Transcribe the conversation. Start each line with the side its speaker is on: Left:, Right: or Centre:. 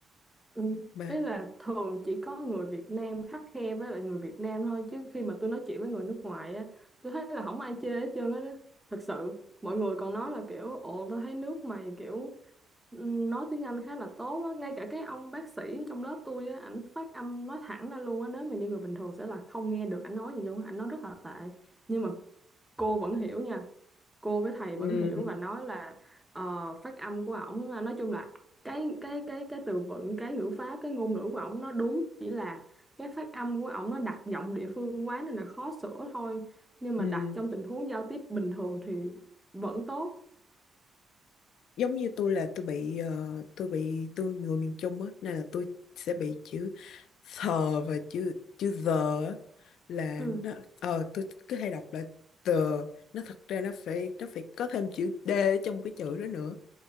Centre: Ừ.
Left: mà
Centre: Ý là thường chỉ có người Việt Nam khắt khe với lại người Việt Nam thôi chứ khi mà tôi nói chuyện với người nước ngoài á tôi thấy là không ai chê hết trơn á đó thật sự mọi người còn nói là kiểu ồ tôi thấy nước mày kiểu ừ, nói tiếng Anh khá là tốt á ngay cả cái ông bác sĩ trong lớp tôi á ảnh phát âm nói thẳng ra luôn á nếu mà như người bình thường sẽ là không nghe được ảnh nói gì luôn á. ảnh nói rất là tệ nhưng mà cô vẫn hiểu nha cô với thầy
Left: ừ,
Centre: vẫn hiểu và nói là ờ, phát âm của ổng là- nói chung là cái cái cái cái từ vựng cái ngữ pháp cái ngôn ngữ của ổng nó đúng chỉ là cái phát âm của ổng nó đặt giọng địa phương quá nên là khó sửa thôi nhưng
Left: ừ.
Centre: mà đặt trong tình huống giao tiếp bình thường thì vẫn tốt
Left: giống như tôi là tôi bị ờ, tôi bị tôi người miền Trung á nên là tôi sẽ bị chữ thờ và chữ chữ giờ á, là
Centre: ừ
Left: nó ờ tôi cứ hay đọc là tờ nó thật ra nó phải nó phải có thêm chữ d ở trong cái chữ đó nữa